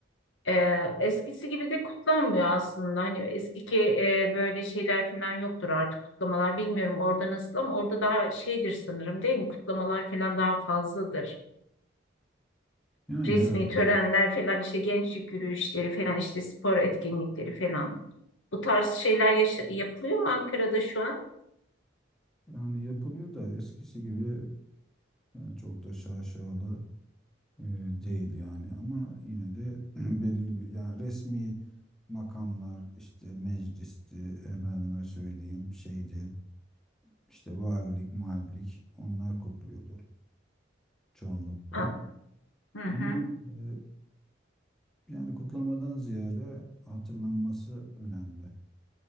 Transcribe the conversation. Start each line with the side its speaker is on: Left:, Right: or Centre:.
Left: Ee, eskisi gibi de kutlanmıyor aslında. Hani eskiki e, böyle şeyler falan yoktur artık kutlamalar. Bilmiyorum orada nasıl ama orada daha şeydir sanırım değil mi? Kutlamalar falan daha fazladır
Centre: Yani
Left: resmi
Centre: evet
Left: törenler falan işte gençlik yürüyüşleri falan işte spor etkinlikleri falan. Bu tarz şeyler yaşa- yapılıyor mu Ankara'da şu an?
Centre: yani yapılıyor da eskisi gibi eee, çok da şaşalı eee, değil yani ama yine de <clears throat> belirli bir yani resmi makamlar işte meclisti efendime söyleyeyim şeydi İşte valilik, malilik onlar kutluyordu çoğunlukla.
Left: Aa, Hı hı.
Centre: Ama e, yani kutlamadan ziyade hatırlanması önemli.